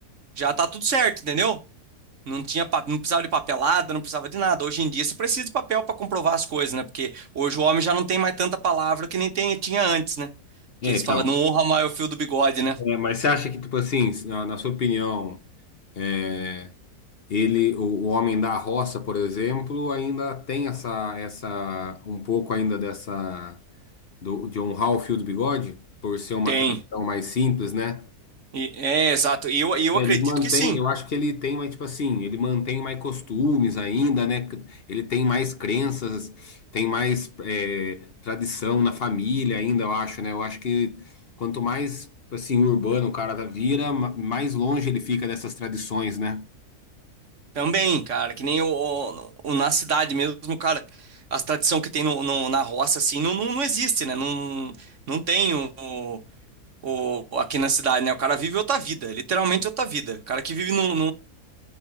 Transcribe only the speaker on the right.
já tá tudo certo, entendeu? Não tinha, pa- não precisava de papelada, não precisava de nada. Hoje em dia você precisa de papel para comprovar as coisas, né? Porque hoje o homem já não tem mais tanta palavra que nem tem- tinha antes, né?
Que eles
falam, não honra mais o fio do bigode, né?
Tem.
E- é, exato. E eu, e eu
acredito
que sim.
Também, cara, que nem o, o- o- na cidade mesmo, cara, as tradição que tem no, no- na roça, assim, não, não, não existe, né? Não, não tem o, o, aqui na cidade, né? O cara vive outra vida, literalmente outra vida. O cara que vive no,